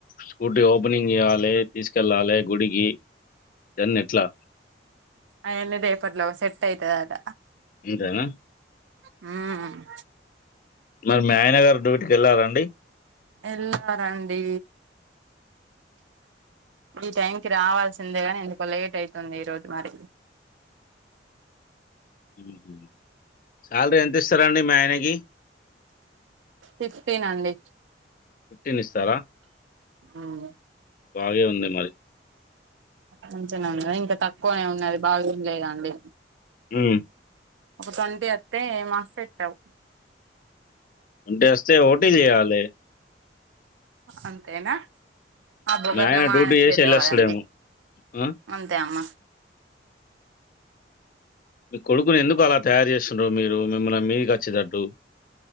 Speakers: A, on the left; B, on the right.
A: స్కూటీ ఓపెనింగ్ చేయాలి తీసుకెళ్ళాలి గుడికి ఇయన్నీ ఎట్లా?
B: అయన్ని రేపట్లోగా సెట్ అయితదట
A: అంతేనా?
B: ఉమ్
A: మరి మీ ఆయన గారు డ్యూటీకెళ్లారండి
B: ఎళ్లారండి ఈ టైం కి రావాల్సిందే గాని ఎందుకో లేట్ అయితుంది ఈరోజు మరి
A: ఉహు సాలరీ ఎంత ఇస్తరండి మీ ఆయనకి
B: ఫిఫ్టీన్ అండి
A: ఫిఫ్టీన్ ఇస్తారా
B: మ్మ్
A: బాగే ఉంది మరి
B: మంచినే ఉన్నదా ఇంకా తక్కువనే ఉన్నది బాగేమ్ లే గా అండి
A: ఉమ్
B: ఒక ట్వంటీ అత్తే మస్త్ సెట్ అవ్
A: అంటే వస్తయి ఓ టీ చేయాలే
B: అంతేనా ఆ బొ
A: మీ
B: గట్ల
A: ఆయన
B: మా
A: డ్యూటీ
B: ఆయనకి
A: చేసి
B: చేతకాదండీ
A: ఎళ్ళొస్తాడేమో. ఆ!
B: అంతే అమ్మా
A: మీ కొడుకుని ఎందుకు అలా తయారు చేస్తుండ్రు మీరు మిమ్మల్ని మీదికి వచ్చేటట్టు